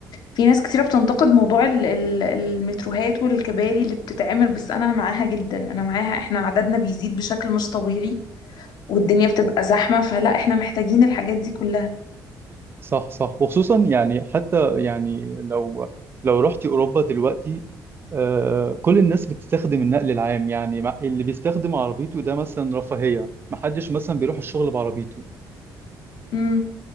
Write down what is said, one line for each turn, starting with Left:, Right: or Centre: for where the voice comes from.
Left: في ناس كتيرة بتنتقد موضوع ال- ال- المتروهات والكباري اللي بتتعمل بس أنا معاها جدا أنا معاها إحنا عددنا بيزيد بشكل مش طبيعي والدنيا بتبقى زحمة فلا إحنا محتاجين الحاجات دي كلها
Right: صح صح وخصوصا يعني حتى يعني لو لو رحتي اوروبا دلوقتي آه، كل الناس بتستخدم النقل العام يعني مع- اللي بيستخدم عربيته ده مثلا رفاهية محدش مثلا بيروح الشغل بعربيته
Left: امم